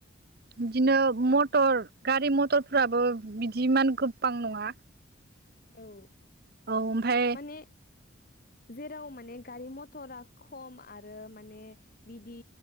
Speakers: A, on the right; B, on the left.
A: बिदिनो मटर गारि मटरफ्राबो बिदिमान गोबां नङा
B: औ
A: औ ओमफाय
B: माने जेराव माने गारि मथरा खम आरो ओ माने बिदि